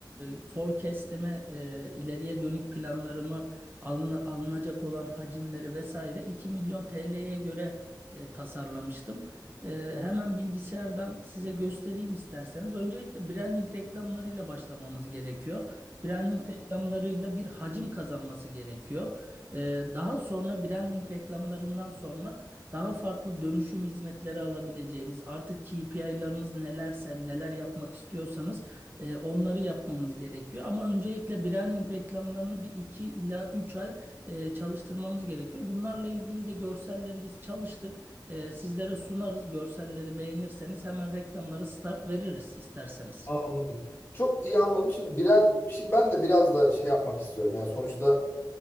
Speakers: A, on the right; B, on the left.
A: e, forecast'ime, e, ileriye dönük planlarımı alın- alınacak olan hacimleri vesaire 2 milyon TL'ye göre e, tasarlamıştım. E, hemen bilgisayardan size göstereyim isterseniz. Öncelikle branding reklamlarıyla başlamamız gerekiyor. Branding reklamlarıyla bir hacim kazanması gerekiyor. E, daha sonra branding reklamlarından sonra daha farklı dönüşüm hizmetleri alabileceğimiz, artık KPI'larınız nelerse, neler yapmak istiyorsanız e, onları yapmamız gerekiyor. Ama öncelikle branding reklamlarını bir iki ila üç ay e, çalıştırmamız gerekiyor. Bunlarla ilgili de görselleri biz çalıştık. E, sizlere sunarız. Görselleri beğenirseniz hemen reklamlara start veririz isterseniz.
B: Aa, anladım. Çok iyi anladım. Şimdi biren, şimdi ben de biraz da şey yapmak istiyorum. Yani sonuçta